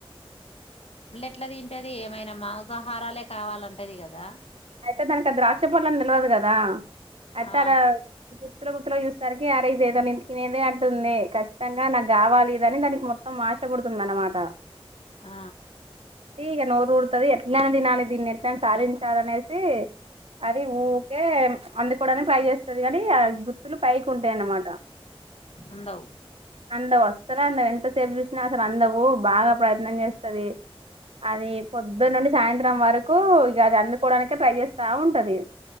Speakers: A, on the left; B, on the right.
A: అట్ల తింటది ఏమైనా మాంసాహారాలే కావాలంటది కదా
B: అయితే దానికి ద్రాక్ష పళ్ళు అని తెల్వదు కదా ఐతే
A: ఆ
B: అడ పళ్ళ గుత్తులో చూసరికి అరె ఇదేదో నేను తినేదే ఉంటుంది కచ్చితంగా నా కావాలి ఇది దానికి మొత్తం ఆశ పుడుతుంది అన్నమాట
A: ఆ
B: ఇగ నోరు ఊరుతది ఎట్లనే తినాలే దీన్ని ఎట్లని సాధించాలనేసి అది ఊకే అందుకోడానికి ట్రై చేస్తది కాని అది గుత్తులు వైకుంటయి అన్నమాట
A: అందవు
B: అందవు అస్సలు అందవు ఎంతసేపు చూసినా అసలు అందవు బాగా ప్రయత్నం చేస్తది అది పొద్దున్న నుండి సాయంత్రం వరకు ఇగ అది అందుకోవడానికి ఇక ట్రై చేస్తా ఉంటది